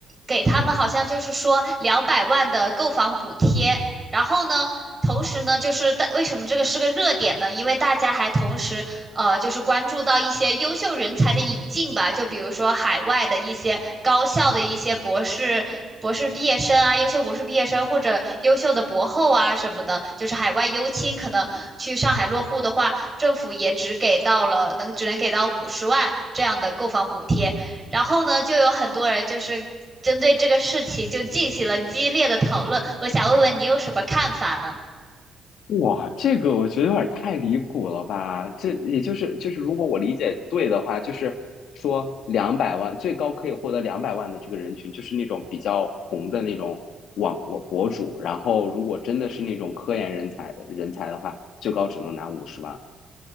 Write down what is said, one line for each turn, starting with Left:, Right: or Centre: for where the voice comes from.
Right: 给他们好像就是说两百万的购房补贴，然后呢。同时呢，就是大为什么这个是个热点呢？因为大家还同时呃，就是关注到一些优秀人才的引进吧，就比如说海外的一些高校的一些博士、博士毕业生啊，优秀博士毕业生或者优秀的博后啊什么的，就是海外优青，可能去上海落户的话，政府也只给到了能只能给到五十万这样的购房补贴，然后呢，就有很多人就是针对这个事情就进行了激烈的讨论，我想问问你有什么看法呢？
Left: 哇，这个我觉得有点太离谱了吧？这也就是就是，如果我理解对的话，就是说两百万最高可以获得两百万的这个人群，就是那种比较红的那种网我博主。然后，如果真的是那种科研人才人才的话，最高只能拿五十万。